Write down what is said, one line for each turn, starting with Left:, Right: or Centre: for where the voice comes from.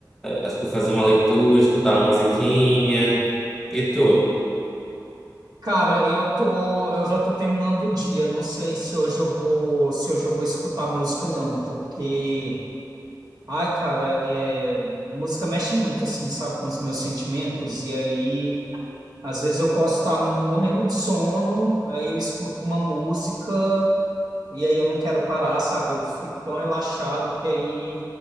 Centre: acho que vou fazer uma leitura, escutar uma musiquinha. E tu?
Right: Cara, eu tô, eu já tô terminando o dia. Não sei se hoje eu vou, se hoje eu vou escutar música não, porque, ai, cara, é, música mexe muito assim, sabe, com os meus sentimentos. E aí, às vezes eu posso estar morrendo de sono, aí eu escuto uma música e aí eu não quero parar, sabe? Eu fico tão relaxado que aí,